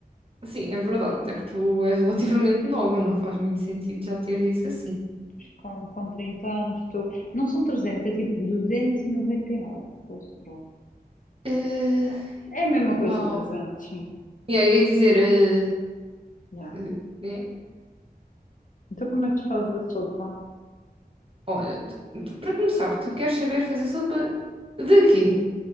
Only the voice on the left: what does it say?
Pois com, com 30 anos, estou, não são trezentos é tipo duzentos e e noventa e nove colesterol,
é a mesma coisa
trezentos sim,
yeah.
Então como é que tu fazes a sopa?